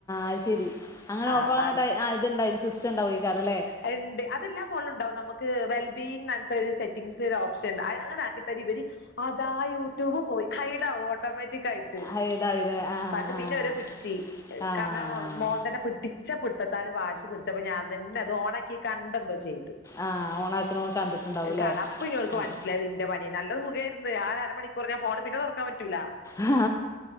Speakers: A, on the left; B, on the left.
A: അയ് ശരി. അങ്ങനെ
B: ആ
A: ഓഫാവ്ണെ
B: ആ
A: ടൈ ആഹ് ഇത്ണ്ടായി സിസ്റ്റം ഉണ്ടാവോയിക്കാരം ല്ലേ.
B: അത്ണ്ട്. അതെല്ലാ ഫോണിലും ഉണ്ടാവും നമുക്ക് വെൽ ബീയിങ്ങ് ന്നറഞ്ഞിട്ടൊരു സെറ്റിങ്സിൽ ഒരു ഓപ്ഷൻ ഉണ്ട്. അത് ങ്ങനാക്കിട്ടാ ഇവര് അതാ യൂട്യൂബ് പോയി ഹൈഡാവും ഓ ട്ടോമാറ്റിക് ആയിട്ട്
A: ആഹ് ഇതായില്ലേ ആഹ്
B: പക്ഷെ
A: ആഹ്
B: പിന്നെ ഓരെത് പിടിച്ച്
A: ആഹ്
B: കാരണം മോൻ തന്നെ പിട്ടി ച്ച പിടുത്തത്താല് വാശി പിടിച്ചപ്പോ ഞാൻ തന്നെ അത് ഓണാക്കി കണ്ടന്തോ ചെയ്ത്.
A: ആഹ് ഓണാക്കണ കണ്ടിട്ടുണ്ടാവൂല്ലേ
B: കാണ അപ്പൊ ഇനി ഓല്ക്ക്
A: ആഹ്
B: മനസ്സിലായത് ഇന്റെ പണി നല്ല സുഖേര്ന്ന് ആ ഒരരമണിക്കൂറയ്ഞ്ഞാ ഫോണ് പിന്നെ തുറക്കാൻ പറ്റൂല്ല.
A: ആഹ്